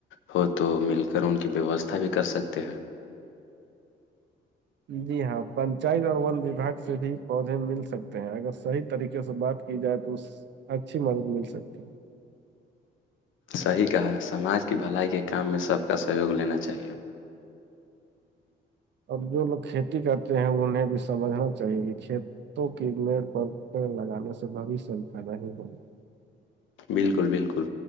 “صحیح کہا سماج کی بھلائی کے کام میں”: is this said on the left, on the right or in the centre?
Left